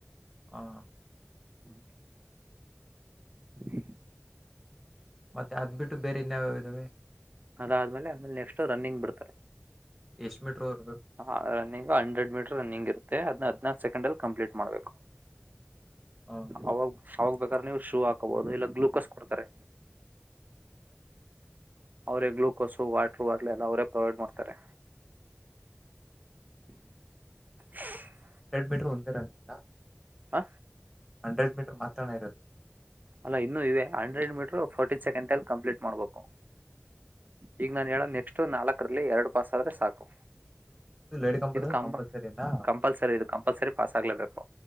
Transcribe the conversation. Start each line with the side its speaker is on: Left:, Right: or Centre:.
Centre: ಹಾ.
Right: ಹ್ಮ್. <inaudible>
Centre: ಮತ್ತೆ ಅದ್ ಬಿಟ್ಟು ಬೇರೆ ಇನ್ಯಾವ್ಯಾವು ಇದ್ದಾವೆ.
Right: ಅದಾದ್ಮೇಲೆ ನೆಕ್ಸ್ಟ್ ರನ್ನಿಂಗ್ ಬಿಡ್ತಾರೆ.
Centre: ಎಷ್ಟು ಮೀಟ್ರೂ ಹೊ.
Right: ಹಾ ರನ್ನಿಂಗ್ ಹಂಡ್ರೆಡ್ ಮೀಟರ್ ರನ್ನಿಂಗ್ ಇರುತ್ತೆ ಅದ್ ಹದಿನಾರು ಸೆಕೆಂಡ್ ಅಲ್ಲಿ ಕಂಪ್ಲೀಟ್ ಮಾಡ್ಬೇಕು.
Centre: ಹ
Right: ಅವಾಗ. ಆವಾಗ ಬೇಕಾದ್ರೆ ನೀವು ಶೂ ಹಾಕೋಬಹುದು ಇಲ್ಲ ಗ್ಲೂಕೋಸ್ ಕೊಡ್ತಾರೆ. ಅವರೇ ಗ್ಲುೂಕೋಸ ವಾಟ್ರು ಆಗ್ಲೆ ಎಲ್ಲ ಅವರೇ ಪ್ರೊವೈಡ್ ಮಾಡ್ತಾರೆ. <inaudible>
Centre: ಎರೆಡ್ ಮೀಟರು ಒಂದೇ ರನ್ನಂತ.
Right: ಹ.
Centre: ಹಂಡ್ರೆಡ್ ಮೀಟರ್ ಮಾತ್ರನೇ ಇರೋದು.
Right: ಅಲ್ಲ ಇನ್ನು ಇವೆ ಹಂಡ್ರೆಡ್ ಮೀಟರು ಫೋರ್ಟಿ ಸೆಕೆಂಡ್ ಅಲ್ಲಿ ಕಂಪ್ಲೀಟ್ ಮಾಡ್ಬೇಕು. ಈಗ ನಾನ್ ಹೇಳದ ನೆಕ್ಸ್ಟ್ ನಾಲ್ಕರಲ್ಲಿ ಎರಡು ಪಾಸ್ ಆದ್ರೆ ಸಾಕು.
Centre: ಲೇಡಿ ಕಂಬದ
Right: ಇದು ಕಂಪ
Centre: ಕಂಪಲ್ಸರಿನಾ
Right: ಕಂಪಲ್ಸರಿ ಇದು ಕಂಪಲ್ಸರಿ ಪಾಸ್ ಆಗ್ಲೇಬೇಕು.